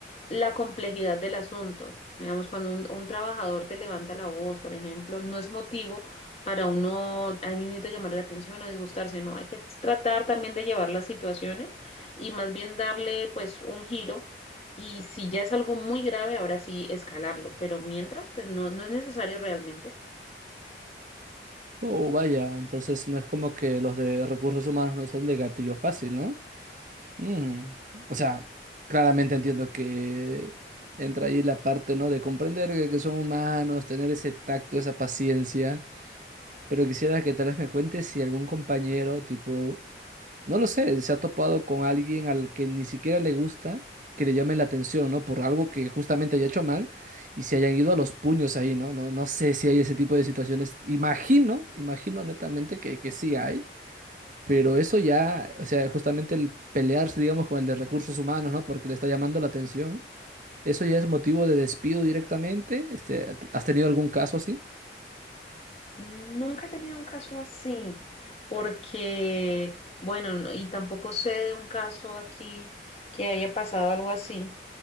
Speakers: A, on the left; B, on the right.
A: la complejidad del asunto. Digamos, cuando un, un trabajador te levanta la voz, por ejemplo, no es motivo para uno ahí mismito llamarle la atención o disgustarse, no, hay que tratar también de llevar las situaciones y más bien darle pues un giro y si ya es algo muy grave, ahora sí escalarlo, pero mientras pues no, no es necesario realmente.
B: Oh, vaya, entonces no es como que los de recursos humanos no son de gatillo fácil, ¿no? Mm, O sea, claramente entiendo que entra ahí la parte, ¿no? De comprender que, que son humanos, tener ese tacto, esa paciencia, pero quisiera que tal vez me cuentes si algún compañero, tipo... No lo sé, se ha topado con alguien al que ni siquiera le gusta que le llamen la atención, ¿no? Por algo que justamente haya hecho mal y se hayan ido a los puños ahí, ¿no? No, no sé si hay ese tipo de situaciones. Imagino, imagino netamente que, que sí hay, pero eso ya, o sea, justamente el pelearse, digamos, con el de recursos humanos, ¿no? Porque le está llamando la atención, eso ya es motivo de despido directamente. Este, ¿has tenido algún caso así?
A: Nunca he tenido un caso así, porque, bueno, no- y tampoco sé de un caso aquí que haya pasado algo así.